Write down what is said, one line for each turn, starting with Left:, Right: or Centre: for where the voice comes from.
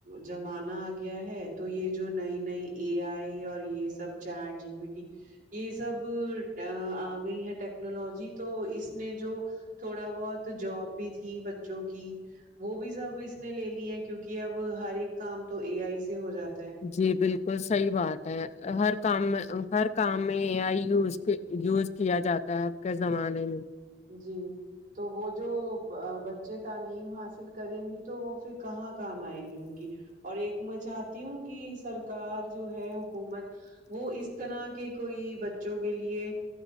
Right: زمانہ ا گیا ہے تو یہ جو نئی نئی اے ائی اور یہ سب چیٹ جی پی ٹی یہ سب ا گئی ہے ٹیکنالوجی تو اس نے جو تھوڑا بہت جاب بھی تھی بچوں کی وہ بھی سب اس نے لے لی ہیں کیونکہ اب ہر ایک کام تو اے ائی سے ہو جاتا ہے
Left: جی بالکل صحیح بات ہے ہر کام میں ہر کام میں اے ائی یوز کے یوز کیا جاتا ہے اب کے زمانے میں
Right: جی تو وہ جو بچے تعلیم حاصل کریں گی تو وہ پھر کہاں کام ائے گی ان کی اور ایک میں چاہتی ہوں کہ سرکار جو ہے حکومت وہ اس طرح کے کوئی بچوں کے لیے